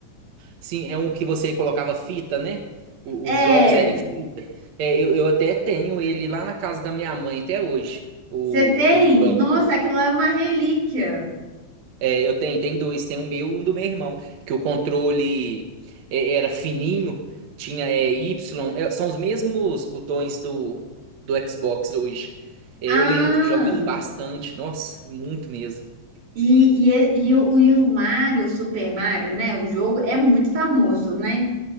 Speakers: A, on the right (about 65°); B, on the right (about 80°).
A: Sim, é um que você colocava fita, né? O-
B: É.
A: os jogos eram em fita. É, eu, eu até tenho ele lá na casa da minha mãe até hoje. O,
B: Você tem?
A: o videogame.
B: Nossa, aquilo lá é uma relíquia.
A: É, eu tenho, tem dois, tem o meu e um do meu irmão. Que o controle é, era fininho, tinha é, Y, é, são os mesmos botões do, do Xbox hoje. É,
B: Ah,
A: eu lembro, jogando bastante. Nossa, muito mesmo.
B: e, e, e, o, e o Mario, o Super Mario, né? O jogo é muito famoso, né?